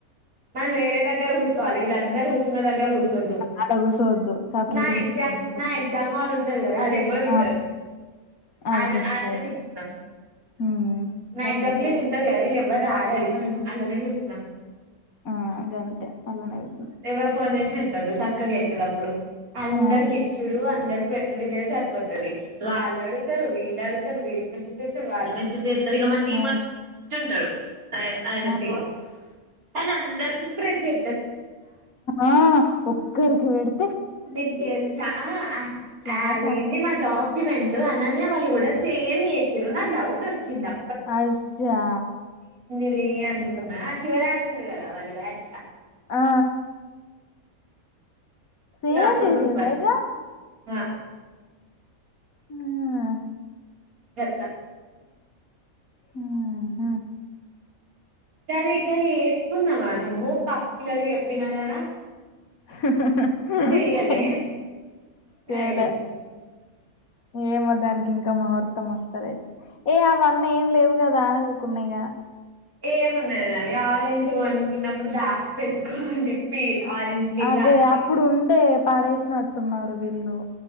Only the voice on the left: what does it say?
ఆడ కూసోద్దు సపరేట్
కూర్చు
సపరేట్
ఆ ఆడికొస్తా
అయితే
ఉమ్
సపరేట్
ఆడ
కూర్చుందాం
ఆ గంతే అల్లనే కూసుం
ఆ
ఆ
ఆ
ఆ ఒక్కరికి వెడ్
క్లాస్
అం
ఆ <unintelligible> యా
ఆ ఆ సేమ్
చేసిందా
ఇగ
హ్మ్
హమ్ హ్మ్
హా హా హా
చేయాలే చేలే
ఏమో దాన్ కి ఇంకా ముహూర్తం వస్తా లేదు ఏ అవన్నీ ఏం లేవు కదా అని ఊకున్నా ఇగ
అదే
అప్పుడు ఉండే పడేసినట్టున్నారు వీళ్ళు